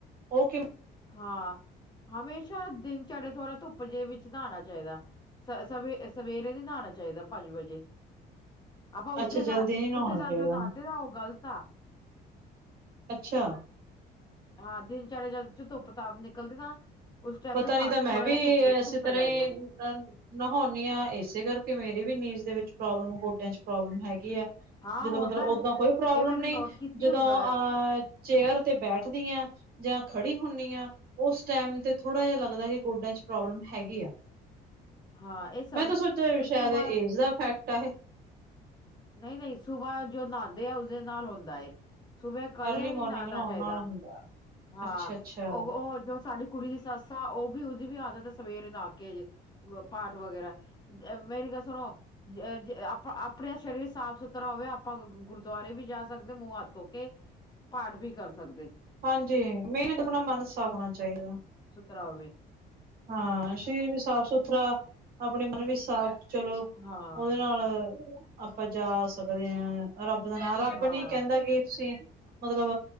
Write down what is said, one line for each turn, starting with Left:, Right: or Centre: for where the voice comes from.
Right: ਉਹ ਕਿਵੇਂ?
Left: ਹਾਂ, ਹਮੇਸ਼ਾ ਦਿਨਚਰਿਆ ਥੋੜਾ ਧੁੱਪ ਜੇ ਵਿੱਚ ਨਾ ਨਾਣਾ ਚਾਹੀਦਾ। ਸ ਸਵੇ ਸਵੇਰੇ ਨੀ ਨਹਾਣਾ ਚਾਹੀਦਾ ਪੰਜ ਵਜੇ। ਆਪਾਂ
Right: ਅੱਛਾ
Left: ਉੱਠੇ ਸਾਰ
Right: ਜਲਦੀ ਨੀ ਨਹਾਉਣਾ
Left: ਉੱਠੇ ਸਾਰ
Right: ਚਾਹੀਦਾ
Left: ਜੋ ਨਾਣਦੇ ਨਾ ਉਹ ਗ਼ਲਤ ਆ।
Right: ਅੱਛਾ।
Left: ਹਾਂ ਦਿਨਚਰਿਆ ਜਦ ਚ ਧੁੱਪ ਤਾਪ ਨਿਕਲਦੀ ਨਾ ਉਸ ਟਾਈਮ
Right: ਪਤਾ
Left: ਤੇ ਨਹਾ
Right: ਨੀ ਤਾਂ ਮੈਂ
Left: ਕੇ ਥੋੜਾ
Right: ਵੀ
Left: ਜਿਹਾ ਧੁੱਪ
Right: ਇਸੇ
Left: ਧੁੱਪੇ
Right: ਤਰ੍ਹਾਂ
Left: ਬਹਿ
Right: ਈ
Left: ਜਾਓ
Right: ਨਹਾਉਂਦੀ ਹਾਂ ਇਸੇ ਕਰਕੇ ਮੇਰੀ ਵੀ ਨੀਂਜ਼ ਦੇ ਵਿੱਚ ਪ੍ਰੋਬਲਮ, ਗੋਡਿਆਂ ਚ ਪ੍ਰੋਬਲਮ ਹੈਗੀ ਆ।
Left: ਹਾਂ
Right: ਜਦੋਂ
Left: ਹੁੰਦਾ
Right: ਮਤਲਬ ਓਦਾਂ
Left: ਏ।
Right: ਕੋਈ ਪ੍ਰੋਬਲਮ
Left: ਇਹ ਮੈਨੇ
Right: ਨਈ,
Left: ਨੋਟ ਕੀਤੀ
Right: ਜਦੋਂ
Left: ਹੋਈ ਗ
Right: ਅਹ ਚੇਅਰ ਤੇ ਬੈਠਦੀ ਹਾਂ ਜਾਂ ਖੜੀ ਹੁੰਦੀ ਹ ਉਸ ਟਾਈਮ ਤੇ। ਥੋੜਾ ਜਿਹਾ ਲੱਗਦਾ ਕਿ ਗੋਡਿਆਂ ਚ ਪ੍ਰੋਬਲਮ ਹੈਗੀ ਆ।
Left: ਹਾਂ ਇਹ ਸ
Right: ਮੈਂ ਤਾਂ ਸੋਚਿਆ
Left: ਇਹ
Right: ਸ਼ਾਇਦ
Left: ਸੁਬਾਹ
Right: ਏਜ ਦਾ ਇਫੈਕਟ ਆ ਇਹ।
Left: ਨਹੀਂ ਨਹੀਂ ਸੁਬਾਹ ਜੋ ਨਾਂਦੇ ਆ ਉਸਦੇ ਨਾਲ ਹੁੰਦਾ। ਸੁਬੇ ਕਦੇ
Right: ਅਰਲੀ
Left: ਨੀ
Right: ਮੋਰਨਿੰਗ
Left: ਨਾਨਾ
Right: ਨਹਾਉਣ
Left: ਚਾਹੀਦਾ
Right: ਨਾਲ ਹੁੰਦਾ।
Left: ਹਾਂ
Right: ਅੱਛਾ-ਅੱਛਾ
Left: ਉਹ ਉਹ ਜੋ ਸਾਡੀ ਕੁੜੀ ਦੀ ਸੱਸ ਆ ਉਹ ਵੀ ਉਸਦੀ ਵੀ ਆਦਤ ਹੈ ਸਵੇਰੇ ਨਾ ਕੇ ਪਾਠ ਵਗੈਰਾ। ਅ ਮੇਰੀ ਗੱਲ ਸੁਣੋ ਜ ਆਪਾ ਆਪਣੇ ਸਰੀਰ ਸਾਫ਼ ਸੁਥਰਾ ਹੋਵੇ ਆਪਾਂ ਗੁਰਦੁਆਰੇ ਵੀ ਜਾ ਸਕਦੇ ਮੂੰਹ ਹੱਥ ਧੋ ਕੇ ਪਾਠ ਵੀ ਕਰ ਸਕਦੇ।
Right: ਹਾਂਜੀ ਮੇਨ ਤ ਆਪਣਾ ਮਨ ਸਾਫ ਹੋਣਾ ਚਾਹੀਦਾ।
Left: ਕਰਾਵੇ
Right: ਹਾਂ ਸਰੀਰ ਵੀ ਸਾਫ਼ ਸੁਥਰਾ ਆਪਣੇ ਮਨ ਵੀ ਸਾਫ਼ ਚਲੋ।
Left: ਹਾਂ
Right: ਉਹਦੇ ਨਾਲ ਲ ਆਪਾਂ ਜਾ ਸਕਦੇ ਹਾਂ ਰੱਬ ਦਾ ਨਾਂ ਰੱਬ
Left: ਹਾਂ
Right: ਨੀ ਕਹਿੰਦਾ ਕਿ ਤੁਸੀਂ ਮਤਲਬ